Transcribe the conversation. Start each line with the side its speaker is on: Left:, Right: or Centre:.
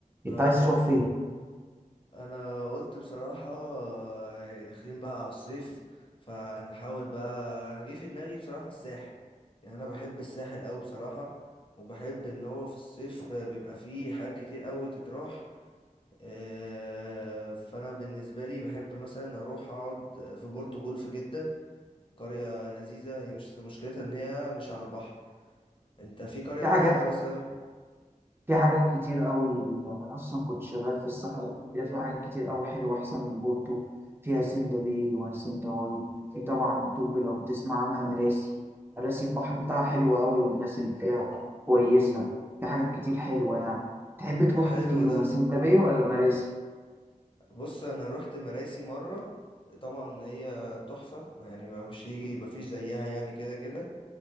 Right: انت
Left: انا
Right: عايز
Left: قلت
Right: تروح فين
Left: انا قلت بصراحة آه، داخلين بقى على الصيف فنحاول بقى انا جه في دماغي بصراحة الساحل يعني انا بحب الساحل قوي بصراحة وبحب ان هو في الصيف آه، بيبقى فيه حاجات كتير قوي تتراح آه، فانا بالنسبة لي بحب مثلا اروح اقعد في بورتو جولف جدا قرية لذيذة هي مش مشكلتها ان هي مش على البحر انت في قرية
Right: في
Left: معينة
Right: حاجات
Left: مثلا
Right: في حاجات كتير قوي انا اصلا كنت شغال في الصحراء قبل كده في حاجات كتير قوي حلوه احسن من بورتو فيها سندا باي وسندا وادي في طبعا الطب لو بتسمع عنها مراسي مراسي البحر بتاعها حلو قوي والناس اللي فيها كويسه في حاجات كتير حلوه يعني تحب
Left: طب
Right: تروح
Left: حلو
Right: فيه
Left: ده
Right: وما سندا باي ولا مراسي
Left: بص انا رحت مراسي مره طبعا هي تحفه يعني ما مش هيجي ما فيش زيها يعني كده كده